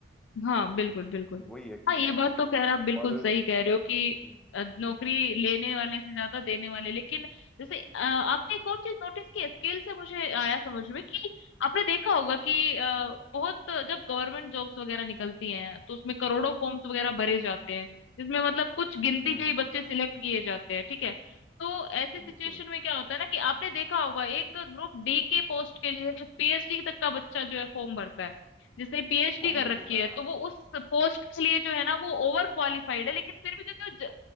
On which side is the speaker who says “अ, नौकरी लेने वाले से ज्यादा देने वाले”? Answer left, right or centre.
Left